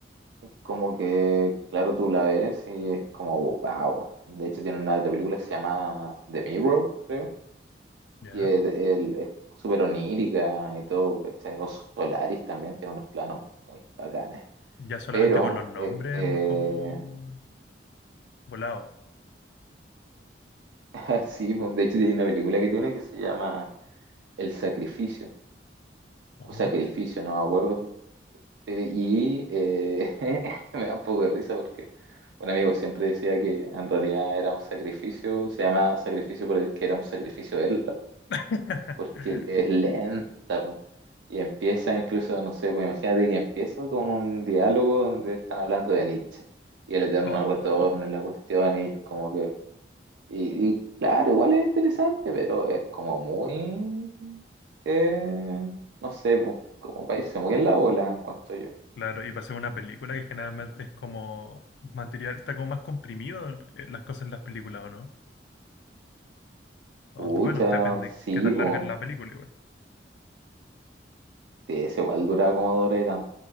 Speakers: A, on the right; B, on the left.
A: Como que, claro, tú la ves y es como, wow. De hecho, tiene una otra película que se llama The Mirror, creo
B: ¿Ya?
A: Y el- el- es súper onírica y todo, ¿cachai? O Solaris también tiene unos planos muy bacanes.
B: Ya solamente
A: Pero,
B: con los nombres
A: eh, eh,
B: como volado.
A: <laughs> sí, pues, de hecho hay una película que tiene que se llama El Sacrificio,
B: Oh,
A: o Sacrificio,
B: eso.
A: no me acuerdo. Pero- Y eh, <laughs> me da un poco de risa porque un amigo siempre decía que en realidad era un sacrificio, se llama sacrificio porque era un sacrificio verla.
B: <laughs>
A: porque es lenta, po. Y empieza incluso, no sé, pues imagínate que empieza con un diálogo donde están hablando de Nietzsche y el eterno
B: Oh,
A: retorno y la cuestión, y es como que. Y, y claro, igual es interesante, pero es como muy. eh, no sé, pues, como para irse muy en la bola, encuentro yo.
B: claro, y para hacer una película que generalmente es como material, está como más comprimido eh, las cosas en las películas, ¿o no? O,
A: Pucha,
B: bueno, depende
A: sí,
B: qué tan
A: pues.
B: larga es la película igual.
A: Sí, es igual dura como dura y tanto.